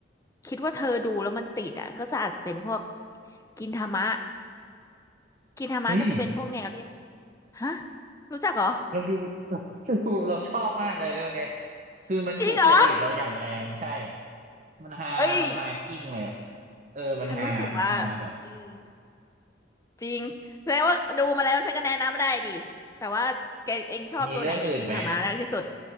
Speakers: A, on the left (about 20°); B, on the right (about 40°).
A: คิดว่าเธอดูแล้วมันติดอ่ะก็จะอาจจะเป็นพวกกินทามะกินทามะก็จะเป็นพวกแนวที่
B: เฮ้ย
A: ฮะรู้จักเหรอ
B: เราดู <laughs> ดูเราชอบมากเลยเรื่องเนี้ยคือมันถูกจริตเราอย่างแรงใช่
A: จริงเหรอ
B: มันฮามันฮากิ้งเลยอะ
A: เอ้ย
B: เออมันฮามันฮาแบบ
A: ฉันรู้สึกว่าอืม จริงแสดงว่าดูมาแล้วฉันก็แนะนำได้ดิแต่ว่าแกเองชอบตัวไหนในกินทามะมากที่สุด
B: มีเรื่องอื่นไหม